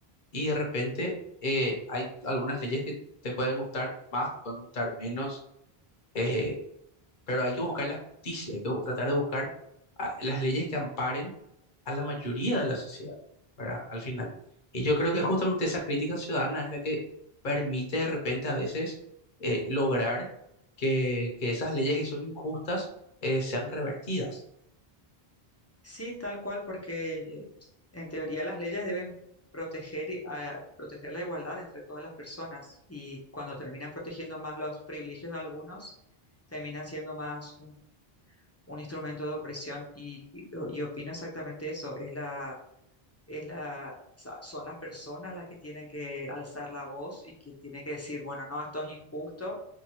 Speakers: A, on the left (about 55°); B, on the left (about 20°).
A: y de repente eh, hay algunas leyes que te pueden gustar más, te pueden gustar menos. eh, pero hay que buscar la justicia, hay que bu- tratar de buscar ah, las leyes que amparen a la mayoría de la sociedad, ¿verdad? Al final. Y yo creo
B: Sí,
A: que justamente esa crítica ciudadana es la que permite de repente a veces eh, lograr que, que esas leyes que son injustas eh, sean revertidas.
B: Sí, tal cual, porque en teoría las leyes deben proteger, y- a- proteger la igualdad entre todas las personas y cuando terminan protegiendo más los privilegios de algunos, terminan siendo más un, un instrumento de opresión y, y, y opino exactamente eso, es la, es la, sa- son las personas las que tienen que alzar la voz y quien tiene que decir, bueno, no, esto es injusto